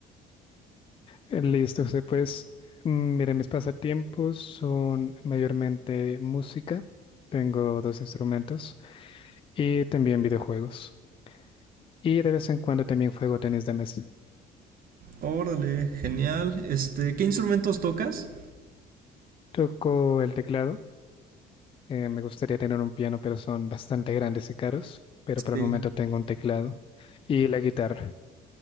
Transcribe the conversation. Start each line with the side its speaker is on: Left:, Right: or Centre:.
Left: Listo, José, pues, mm, mis pasatiempos son mayormente música, tengo dos instrumentos y también videojuegos. Y de vez en cuando también juego tenis de mesa.
Right: Órale, genial. Este, ¿qué instrumentos tocas?
Left: Toco el teclado, eh, me gustaría tener un piano, pero son bastante grandes y caros, pero por
Right: Sí.
Left: el momento tengo un teclado y la guitarra.